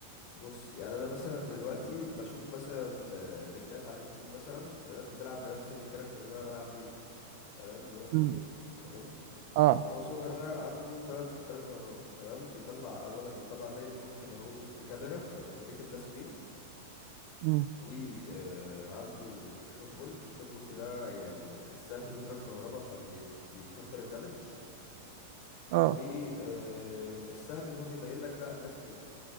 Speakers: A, on the left; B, on the right.
A: فبص يعني انا مثلا دلوقتي بشوف مثلا آه، فيديوهات على يوتيوب مثلا لناس بتلعب بنفس الكاركتر اللي انا بلعب بيه ده تمام اللي هو اسمه
B: امم
A: سوفا تمام
B: اه
A: فسوفا ده عنده تلات تلات باورات تمام بيطلع اولا بيطلع زي درون كده اهو بكاميرا فبتوريك الناس فين
B: مم.
A: وعنده الشوك بولت الشوك بولت ده يعني السهم بيضرب كهربا فبيكتر الدمج
B: اه
A: و آه، والسهم اللي هو بيبين لك بقى الناس فين